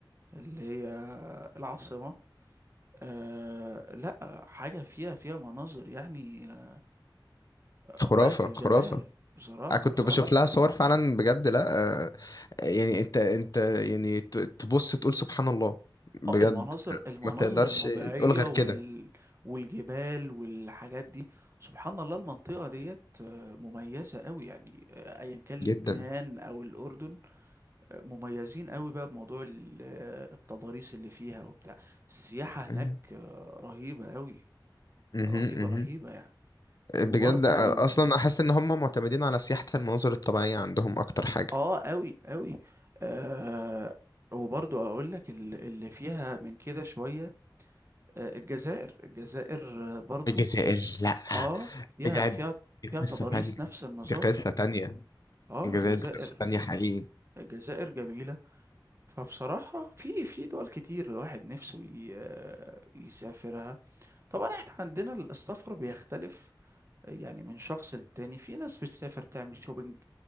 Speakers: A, on the right; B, on the left.
A: اللي هي العاصمة آه، لا حاجة فيها فيها مناظر يعني آه،
B: خرافة
A: غاية في الجمال
B: خرافة
A: بصراحة
B: انا كنت
A: آه،
B: بشوف لها صور فعلا بجد لا آه، يعني انت انت يعني ت- تبص تقول سبحان الله بجد
A: اه المناظر المناظر
B: ما تقدرش
A: الطبيعية
B: تقول غير كده
A: وال... والجبال والحاجات دي سبحان الله المنطقة ديت آه، مميزة قوي يعني آه، ايا كان
B: جدا
A: لبنان او الاردن آه، مميزين قوي بقى بموضوع ال- آه، التضاريس اللي فيها وبتاع السياحة هناك
B: ايوه
A: آه، رهيبة قوي
B: مهم،
A: رهيبة
B: مهم.
A: رهيبة يعني
B: بجد
A: وبرضو
B: آه، اصلا احس ان هم معتمدين على سياحة المناظر الطبيعية عندهم اكتر حاجة
A: اه قوي قوي آه وبرضو هقول لك ال- اللي فيها من كده شوية آه، الجزائر الجزائر آه، برضو
B: الجزائر لا
A: اه فيها
B: بجد
A: فيها
B: دي قصة
A: فيها تضاريس
B: تانية
A: نفس النظام
B: دي قصة تانية
A: اه
B: الجزائر
A: الجزائر
B: دي قصة تانية حقيقي
A: الجزائر جميلة فبصراحة في في دول كتير الواحد نفسه ي- يسافرها طبعا احنا عندنا السفر بيختلف يعني من شخص للتاني في ناس بتسافر تعمل شوبينج